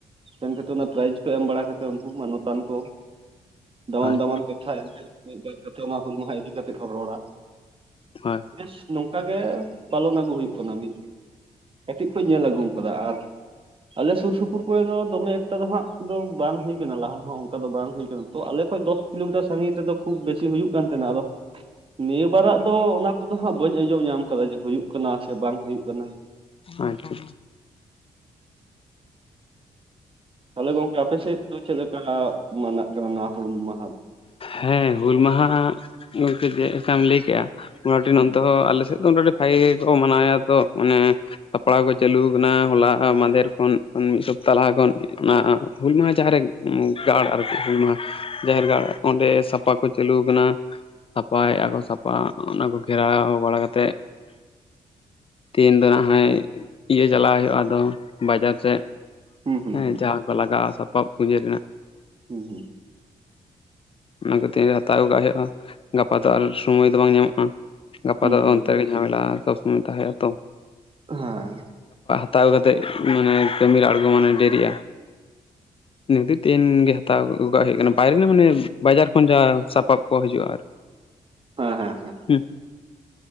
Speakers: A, on the right; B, on the left.
A: ᱥᱮᱱ ᱠᱟᱛᱮ ᱚᱱᱟ ᱯᱨᱟᱭᱤᱡᱽ ᱠᱚ ᱮᱢ ᱵᱟᱲᱟ ᱠᱟᱛᱮᱫ ᱩᱱᱠᱩ ᱢᱟᱱᱚᱛᱟᱱ ᱠᱚ ᱫᱟᱢᱟᱱ
B: ᱦᱳᱭ
A: ᱫᱟᱢᱟᱱ ᱠᱟᱛᱷᱟ ᱮᱱᱛᱮᱫ ᱢᱤᱫ ᱵᱟ ᱠᱟᱛᱮᱫ ᱚᱱᱟ ᱦᱩᱞ ᱢᱟᱦᱟ ᱤᱫᱤ ᱠᱟ ᱠᱟᱛᱮᱫ ᱠᱚ ᱨᱚᱲᱟ
B: ᱦᱳᱭ
A: ᱵᱮᱥ ᱱᱚᱝᱠᱟ ᱜᱮ ᱯᱟᱞᱚᱱ ᱟᱹᱜᱩ ᱦᱩᱭᱩᱜ ᱠᱟᱱᱟ ᱢᱤᱫ ᱠᱟᱹᱴᱤᱡ ᱠᱷᱡ ᱧᱮᱞ ᱟᱹᱜᱩ ᱠᱟᱫᱟ ᱟᱨ ᱟᱞᱮ ᱥᱩᱨ ᱥᱩᱯᱩᱨ ᱠᱚᱨᱮ ᱫᱚ ᱫᱚᱢᱮᱠᱴ ᱮᱴᱟ ᱫᱚ ᱦᱟᱸᱟᱜ ᱫᱚ ᱵᱟᱝ ᱦᱩᱭᱭᱟᱠ ᱞᱟᱦᱟ ᱦᱚᱸ ᱚᱱᱠᱟ ᱫᱚ ᱵᱟᱝ ᱦᱩᱭ ᱠᱟᱱᱟ ᱛᱚ ᱟᱞᱮ ᱠᱷᱚᱡ ᱫᱚᱥ ᱠᱤᱞᱳᱢᱤᱴᱟᱨ ᱥᱟᱺᱜᱤᱧ ᱨᱮᱫᱚ ᱠᱷᱩᱵ ᱵᱮᱥᱤ ᱦᱩᱭᱩᱜ ᱠᱟᱱ ᱛᱟᱦᱮᱱᱟ ᱟᱫᱚ ᱱᱤᱭᱟᱹ ᱵᱟᱨᱟᱜ ᱫᱚ ᱚᱱᱟ ᱠᱚᱫᱚ ᱦᱟᱸᱜ ᱵᱟᱹᱧ ᱟᱸᱡᱚᱢ ᱧᱟᱢ ᱠᱟᱫᱟ ᱡᱮ ᱦᱩᱭᱩᱜ ᱠᱟᱱᱟ ᱥᱮ ᱵᱟᱝ ᱦᱩᱭᱩᱜ ᱠᱟᱱᱟ
B: ᱟᱪᱪᱷᱟ
A: ᱛᱟᱦᱚᱞᱮ ᱜᱚᱝᱠᱮ ᱟᱯᱮ ᱥᱮᱫ ᱫᱚ ᱪᱮᱫᱞᱮᱠᱟᱱ ᱢᱟᱱᱟᱜ ᱠᱟᱱᱟ ᱦᱩᱞ ᱢᱟ
B: ᱦᱮᱸ ᱦᱩᱞ ᱢᱟᱦᱟ ᱵᱚᱞᱛᱮ ᱪᱮᱫᱠᱟᱢ ᱞᱟᱹᱭ ᱠᱮᱫᱮᱜᱟ <inaudible> ᱟᱹᱰᱤ
A: ᱦᱩᱸ
B: ᱱᱚᱛᱮ ᱦᱚ ᱟᱞᱮ ᱥᱮᱫ ᱫᱚ ᱵᱟᱞᱮ ᱜᱮᱠᱚ ᱢᱟᱱᱟᱣ ᱛᱚ ᱢᱟᱱᱮ ᱥᱟᱯᱲᱟᱣ ᱠᱚ ᱪᱟᱞᱩ ᱠᱟᱱᱟ ᱦᱚᱞᱟ ᱢᱟᱫᱷᱮᱨ ᱠᱷᱚᱱ ᱢᱤᱫ ᱥᱚᱯᱛᱟ ᱛᱟᱞᱟᱦᱟ ᱠᱷᱚᱱ ᱚᱱᱟ ᱦᱩᱞ ᱢᱟᱦᱟ ᱡᱟᱦᱟ ᱨᱮ ᱜᱟᱲ ᱟᱨᱠᱤ ᱦᱩᱞ ᱢᱟᱦᱟ ᱡᱟᱦᱮᱨ ᱜᱟᱲ ᱚᱸᱰᱮ ᱥᱟᱯᱟ ᱠᱚ ᱪᱟᱞᱩ ᱠᱟᱱᱟ ᱥᱟᱯᱷᱟᱭᱟᱼᱟ ᱠᱚ ᱥᱟᱯᱷᱟ ᱚᱱᱟ ᱠᱚ ᱜᱷᱮᱨᱟᱣ ᱵᱟᱲᱟ ᱠᱟᱛᱮᱫ ᱛᱤᱦᱤᱧ ᱫᱚ ᱦᱟᱜ ᱤᱭᱟᱹ ᱪᱟᱞᱟᱣ ᱦᱩᱭᱩᱜ-ᱟ ᱟᱫᱚ ᱵᱟᱡᱟᱨ ᱥᱮᱫ
A: ᱦᱩᱸ ᱦᱩᱸ
B: ᱦᱮᱸ
A: ᱦᱩᱸ
B: ᱡᱟᱦᱟᱸ ᱠᱚ ᱞᱟᱜᱟᱜ-ᱟ ᱥᱟᱯᱟᱵ ᱯᱩᱡᱟᱹ ᱨᱮᱱᱟᱜ
A: ᱦᱮᱸ ᱦᱮᱸ
B: ᱚᱱᱟ ᱠᱚ ᱛᱤᱦᱤᱧ ᱨᱮ ᱦᱟᱛᱟᱣ ᱟᱹᱜᱩ ᱠᱟᱜ ᱦᱩᱭᱩᱜ-ᱟ ᱜᱟᱯᱟ ᱫᱚ ᱟᱨ ᱥᱚᱢᱚᱭ ᱫᱚ ᱵᱟᱝ ᱧᱟᱢᱚᱜ-ᱟ ᱜᱟᱯᱟ
A: ᱦᱩᱸ
B: ᱫᱚ
A: ᱦᱩᱸ
B: ᱚᱱᱛᱮ ᱨᱮ ᱡᱟᱢᱮᱞᱟ ᱥᱚᱵ ᱥᱚᱢᱚᱭ ᱛᱟᱦᱮ ᱟᱛᱚ
A: ᱦᱮᱸ
B: ᱦᱟᱛᱟᱣ ᱠᱟᱛᱮ ᱢᱟᱱᱮ ᱠᱟᱹᱢᱤ ᱨᱮ ᱟᱬᱹᱜᱩ ᱢᱟᱱᱮ ᱰᱮᱨᱤᱜ-ᱟ <inaudible> ᱴᱤᱱᱜ ᱜᱮ ᱦᱟᱛᱟᱣ ᱟᱹᱜ ᱠᱟᱜ ᱦᱩᱭᱩᱜ ᱠᱟᱱᱟ ᱵᱟᱭᱨᱮ ᱢᱟᱱᱮ ᱵᱟᱡᱟᱨ ᱠᱷᱚᱱ ᱡᱟᱶ ᱥᱟᱯᱟᱵ ᱠᱚ ᱦᱤᱡᱩᱜ-ᱟ ᱟᱨ
A: ᱦᱮᱸ ᱦᱮᱸ ᱦᱮᱸ
B: ᱦᱩᱸ